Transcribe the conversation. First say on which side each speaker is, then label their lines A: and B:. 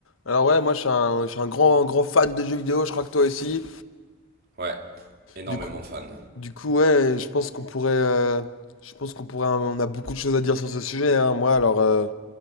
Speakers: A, on the left; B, on the right.
A: Alors ouais, moi je suis un, je suis un grand, grand fan de jeux vidéo, je crois que toi aussi.
B: Ouais, énormément
A: Du coup,
B: fan.
A: du coup ouais, je pense qu'on pourrait, euh, je pense qu'on pourrait, hein, on a beaucoup de choses à dire sur ce sujet, hein. Moi alors, euh,